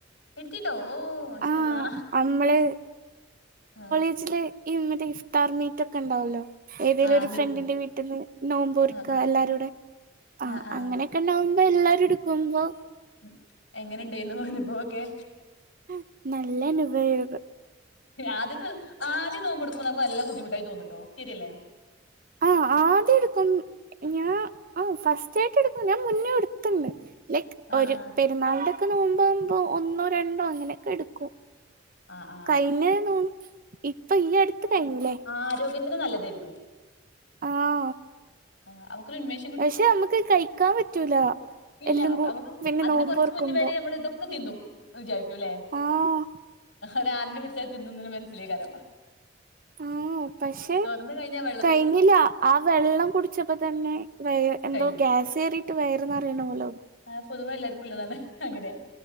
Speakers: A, on the left; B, on the right.
A: എട്‌ത്തീന്നോ ഓ മാഷാഅള്ളാ
B: ആഹ് നമ്മള്
A: ആഹ്.
B: <unintelligible> ഈ മറ്റെ ഇഫ്ത്താർ മീറ്റൊക്കെ ഇണ്ടാവൊല്ലോ. ഏതേലൊരു
A: ആ അന്നെടുക്കും
B: ഫ്രണ്ടിന്റെ വീട്ടിന്ന് നോമ്പ്റിക്ക
A: ആ ആ
B: എല്ലാരൂടെ. ആഹ്
A: ആ ആ
B: അങ്ങനെയൊക്കെ നോമ്പ് എല്ലാരും എടുക്കുമ്പോ
A: ഉം. എങ്ങനെ ഇണ്ടേന്നു? അനുഭവൊക്കെ.
B: ആ നല്ലന്നെവേവ്.
A: ആദ്യത്തെ ആദ്യം നോമ്പെ ടുക്കുമ്പോ നമുക്ക് നല്ല ബുദ്ധിമുട്ടായി തോന്നുട്ടോ ശരിയല്ലേ?
B: ആ ആദ്യം എട്ക്കും ഞാൻ ആ ഫസ്റ്റായിട്ട് എടുക്കും ഞാൻ മുന്നേ എടുത്ത്ണ്ട്. ലൈക്
A: ആ
B: ഒര്
A: ആ
B: പെര്ന്നാളിന്റെ ഒക്കെ നോമ്പാവുംമ്പോ ഒന്നോ രണ്ടോ അങ്ങനെയൊക്കെ എടുക്കും.
A: ആ ആ
B: കഴിഞ്ഞ നോമ്പ ഇപ്പൊ ഈ അട്ത്ത് കയ്ഞ്ഞിലേ
A: ആരോഗ്യ ത്തിന്‌ നല്ലതായ്ര്ക്കും.
B: ആഹ്.
A: ആ അവക്കൊരുൻമേഷം
B: പക്ഷെ അമ്മക്ക് അഹ് കഴിക്കാൻ പറ്റൂല.
A: ഇല്ല
B: എല്ലും
A: അവ
B: കൂ
A: അവളു
B: പിന്നെ
A: അതിന്
B: നോമ്പോർക്കുമ്പോ
A: കൊറച്ച് മുന്നെ വരെ അമ്മള് ഇതൊക്കെ തിന്നും ന്ന് വിചാരി ക്കൂലെ
B: ആഹ്
A: ഒരാടിനെ പിടിച്ചാ തിന്നുംന്നിന് മനസ്സിലേക്കാരോ
B: ഓഹ് പക്ഷെ
A: ത് കയിഞ്ഞ വെ
B: കയിഞ്ഞില്ല ആ വെള്ളം കുടിച്ചപ്പോ തന്നെ വെ എന്തോ
A: കഴിഞ്ഞു
B: ഗ്യാസ് കേറി ട്ട് വയറ് നെറയണ പോലോ
A: ആഹ് പൊതുവെ എല്ലാർക്കും ഉള്ളതാണ് അങ്ങനെ